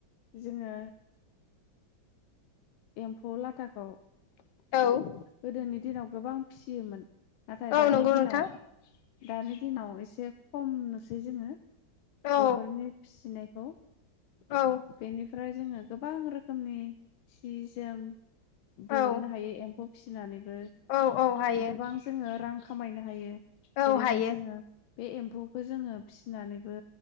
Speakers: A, on the left; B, on the left.
A: जोङो एम्फौ लाथाखौ
B: औ
A: गोदोनि दिनाव गोबां फिसियोमोन नाथाय
B: औ
A: दानि
B: नंगौ
A: दिनाव
B: नोंथां
A: दानि दिनाव एसे खम नुसै जोङो
B: औ
A: बेफोरनि फिसिनाय खौ
B: औ
A: बेनिफ्राय जोङो गोबां रोखोमनि सि जोम
B: औ
A: दिहुननो हायो एम्फौ फिसिनानैनो ओ
B: औ औ हायो
A: गोबां जोङो रां खामायनो हायो
B: औ
A: जेरैहाय
B: हायो
A: जोङो बे एम्फौ खौ जोङो फिसिनानैबो